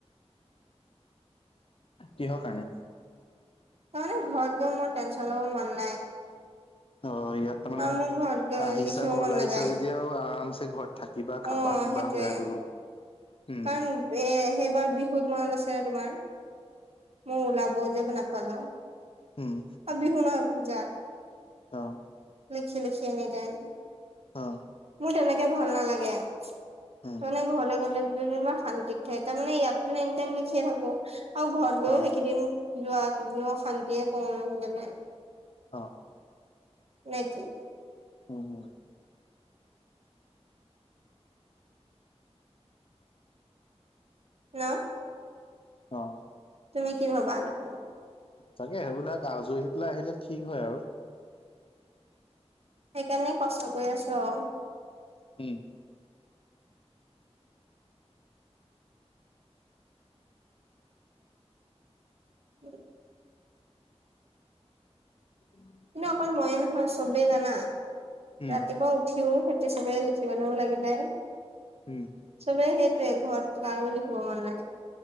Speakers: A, on the left (about 55°); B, on the right (about 65°).
A: কিহৰ কাৰণে?
B: তাৰানে ঘৰত গয় মোৰ টেনচন ল'ব মন নাই।
A: অহ ইয়াত তাৰ মানে,
B: আৰু মোৰ ঘৰত গৈ
A: আহিছা
B: লিখিব
A: ঘৰলৈ
B: মন নাযায়
A: আহিছা যেতিয়া আৰু আৰামছে ঘৰত থাকিবা খাবা
B: অ
A: খুবা
B: সেইটোয়ে
A: সেয়া কৰিব <unintelligible> উম
B: কাৰণ এ সেইবাৰ বিহুত মনত আছে <unintelligible> তোমাৰ, মই ওলাব যে নাপালো। অ
A: উম
B: বিহু নহয়, পূজাত।
A: অহ।
B: লিখি লিখি এনিতাইয়ম।
A: অহ।
B: মোৰ তেনেকে ভাল নালাগে, তাৰমানে
A: উম
B: ঘৰলৈ গলে ইমান শান্তিত থাকে, তাৰমানে ইয়াত এনি টাইম লিখিয়ে থাকো, আৰু ঘৰত গৈয়ও
A: অ
B: সেইকেইদিন যোৱা <unintelligible> কি শান্তিয়ে কওঁ <unintelligible> ব নাই।
A: অহ।
B: নে কি!
A: উম-উম।
B: <unintelligible>
A: অহ।
B: তুমি কি ভাবা। তাকে
A: তাকে সেইবিলাক আজৰিই পেলাই আহিলে ঠিক হয় আৰু।
B: সেইকাৰণে কষ্ট কৰি আছো আৰু।
A: উম।
B: <inaudible>
A: উম।
B: কিন্তু অকল ময়ে নহয় চবেই জানা
A: উম
B: ৰাতিপুৱা উঠিও সি। চবেই লিখিবলৈও লাগি যায়।
A: উম।
B: চবে সেইটয়ে ঘৰত কাৰো লিখিব মন নাই।